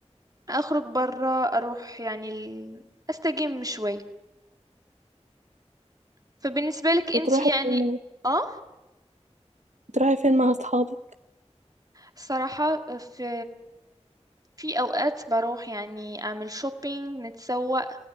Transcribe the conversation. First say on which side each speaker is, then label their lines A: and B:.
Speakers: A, on the right (about 30°); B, on the right (about 85°).
A: أخرج برا أروح يعني ال- أستجم شوي فبالنسبة لك أنت
B: بتروحي
A: يعني
B: فين مع
A: آه
B: بتروحي فين مع اصحابك
A: صراحة في في أوقات بروح يعني أعمل شوبينج نتسوق